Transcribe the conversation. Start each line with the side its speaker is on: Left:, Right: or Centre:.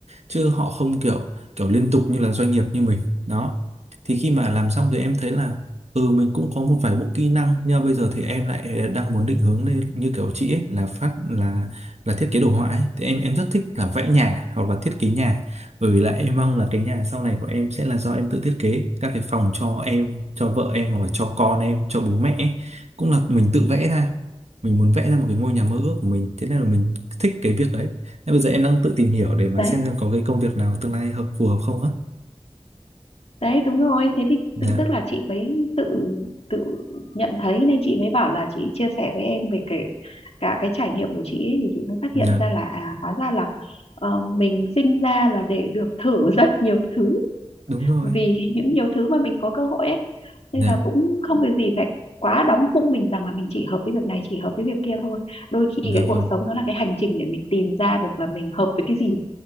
Right: chứ họ không kiểu kiểu liên tục như là doanh nghiệp như mình đó thì khi mà làm xong thì em thấy là ừ mình cũng có một vài bộ kỹ năng nhưng mà bây giờ thì em lại đang muốn định hướng lên như kiểu chị ấy, là phát là là thiết kế đồ họa ấy. thì em em rất thích là vẽ nhà hoặc là thiết kế nhà bởi vì là em mong là cái nhà sau này của em sẽ là do em tự thiết kế các cái phòng cho em cho vợ em hoặc là cho con em cho bố mẹ ấy. cũng là mình tự vẽ ra mình muốn vẽ ra một cái ngôi nhà mơ ước của mình thế nên là mình thích cái việc đấy Thế bây giờ em đang tự tìm hiểu để mà
Left: đấy
Right: xem xem có cái công việc nào tương lai hợp phù hợp không á.
Left: đấy đúng rồi thế thì
Right: Dạ,
Left: tự tức là chị mới tự tự nhận thấy nên chị mới bảo là chị chia sẻ với em về kể cả cái trải nghiệm của chị ấy, thì chị mới phát
Right: dạ,
Left: hiện ra là à hóa ra là ờ, mình sinh ra là để được thử rất nhiều thứ
Right: đúng rồi.
Left: vì những nhiều thứ mà mình có cơ hội ấy nên
Right: Dạ,
Left: là cũng không việc gì phải quá đóng khung mình rằng là mình chỉ hợp với việc này chỉ hợp với việc kia thôi đôi khi
Right: dạ
Left: cái
Right: vâng,
Left: cuộc sống nó là cái hành trình để mình tìm ra được là mình hợp với cái gì